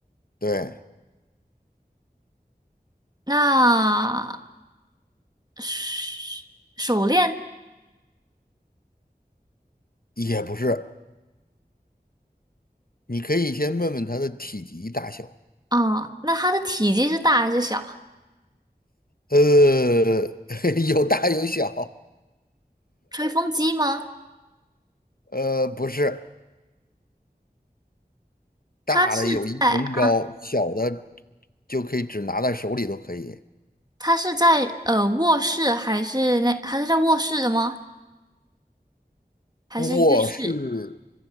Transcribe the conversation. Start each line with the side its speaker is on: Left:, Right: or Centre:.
Left: 对，
Right: 那手手链
Left: 也不是。你可以先问问它的体积大小。
Right: 啊，那它的体积是大还是小？
Left: 呃，<laughs> 有大有小，
Right: 吹风机吗？
Left: 呃，不是，
Right: 它是在啊，
Left: 大的有一人高，小的就可以只拿在手里都可以。
Right: 他是在呃卧室还是那他是在卧室的吗？还是浴室、
Left: 卧室、